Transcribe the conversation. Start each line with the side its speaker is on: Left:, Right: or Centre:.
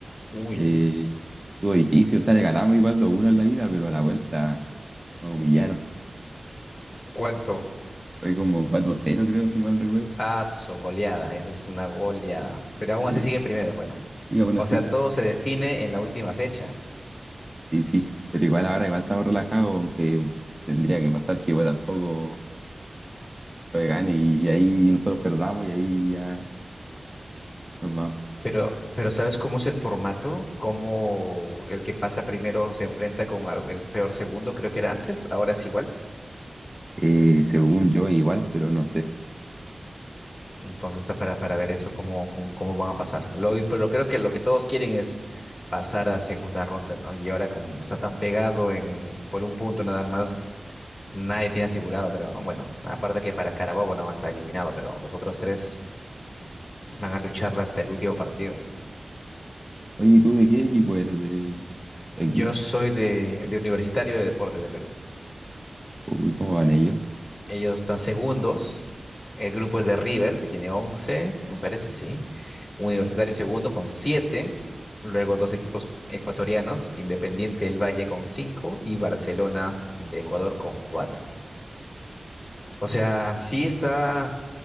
Left: Uy.
Right: Eh, estuvo difícil, o sea, le ganamos igual dos uno en la ida, pero a la vuelta nos humillaron.
Left: ¿Cuánto?
Right: Fue como cuatro cero creo, si no mal recuerdo.
Left: Ah, su goleada, eso sí es una goleada. Pero aún
Right: Sí,
Left: así siguen primeros, bueno.
Right: y aún
Left: O
Right: así,
Left: sea, todo se define en la última fecha.
Right: sí, sí. Pero igual ahora igual estamos relajados, aunque tendría que pasar que igual tampoco fue gane y ahí nosotros perdamos y ahí ya nos vamos.
Left: Pero, pero ¿sabes cómo es el formato? ¿Cómo el que pasa primero se enfrenta con al- el peor segundo, creo que era antes? Ahora es igual.
Right: Eh, según yo, igual, pero no sé.
Left: Entonces está para, para ver eso cómo, cómo, cómo van a pasar. Lo, pero creo que lo que todos quieren es pasar a segunda ronda, ¿no? Y ahora como está tan pegado en, por un punto nada más, nadie tiene asegurado, creo, ¿no? Bueno, aparte que para Carabobo nada más está eliminado, pero los otros tres van a lucharla hasta el último partido.
Right: Oye, ¿tú de qué equipo eres? ¿De, de
Left: Yo
Right: aquí?
Left: soy de, de Universitario de Deportes de Perú.
Right: Uy, ¿cómo van ellos?
Left: Ellos están segundos. El grupo es de River, que tiene 11, me parece, sí. Universitario segundo con siete, luego dos equipos ecuatorianos, Independiente del Valle con cinco y Barcelona de Ecuador con cuatro. O sea, sí está,